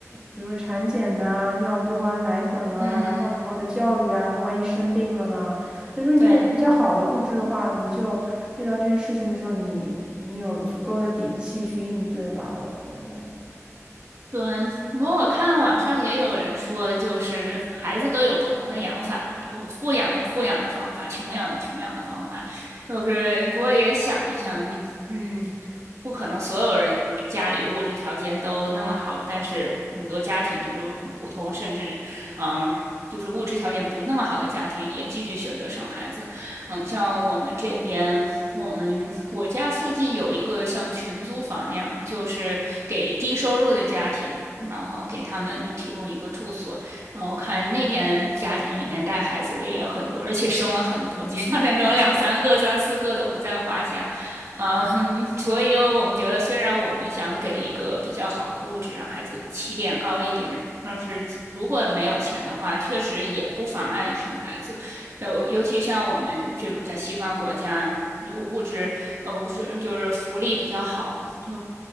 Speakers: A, on the right; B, on the right.
A: 比如说产检呐、尿布啊、奶粉啊，
B: 嗯，
A: 然后以后的教育啊，他万一生病了呢？所以说，你有一个比较好的物质的话，
B: 对。
A: 你就遇到这些事情的时候，你你有足够的底气去应对吧，我觉得。
B: 对，我看网上也有人说，就是孩子都有不同的养法嘛，有富养有富养的方法，穷养有穷养的方法。就是不过也想一想，你嗯，不可能所有人家里物质条件都那么好，但是很多家庭就是很普通，甚至嗯，就是物质条件不那么好的家庭也继续选择生孩子。嗯，像我们这边，我们我家附近有一个像群租房那样，就是给低收入的家庭，然后给他们提供一个住所。然后看那边家庭里面带孩子的也很多，而且生了很多，就像那种两三个、三四个都不在话下。啊、<laughs> 嗯，所以我们觉得，虽然我们想给一个比较好的物质，让孩子起点高一点。但是如果没有钱的话，确实也不妨碍你生孩子。就尤其像我们这种在西方国家，有物质呃不是就是福利比较好，就